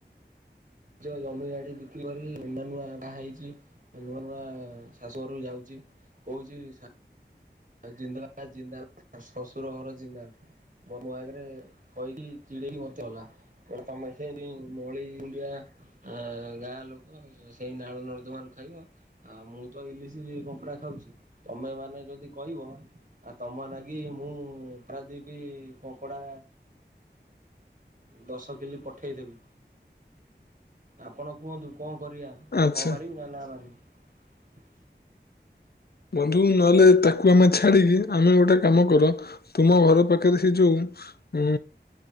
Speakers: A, on the right (about 45°); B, on the left (about 60°).
A: ନିଜ ଜମି ବାଡ଼ି ବିକ୍ରି କରି ନୂଆ ନୂଆ ବାହା ହେଇଛି ନୂଆ ନୂଆ ଶାଶୁ ଘରକୁ ଯାଉଛି। କହୁଛି ସ ଆଉ ଜିନ୍ଦାବାଦ୍ ଜିନ୍ଦାବାଦ୍ ଶଶୁର ଘର ଜିନ୍ଦାବାଦ୍। <unintelligible> ଗଟେ ତମେ ସେଇଠି ମଳି ମୁଣ୍ଡିଆ ଅ ଗାଁ ଲୋକ ସେଇ ନାଳ ନର୍ଦ୍ଦମା ଖାଇବ ଆଉ ମୁଁ ତ ଇଲିଶି କଙ୍କଡା ଖାଉଛି, ତମେ ମାନେ ଯଦି କହିବ ଆଉ ତମ ନାଗି ମୁଁ ପାରାଦୀପ କଙ୍କଡା ଦଶ କିଲି ପଠେଇଦେବି ଆପଣ କୁହନ୍ତୁ? କଣ କରିବା
B: ଆଚ୍ଛା।
A: ହଁ ମାରିବି ନା ନା ମାରିବି?
B: ବନ୍ଧୁ ନହେଲେ ତାକୁ ଆମେ ଛାଡିକି ଆମେ ଗୋଟେ କାମ କର ତୁମ ଘର ପାଖ ସେ ଯୋଉ ଉ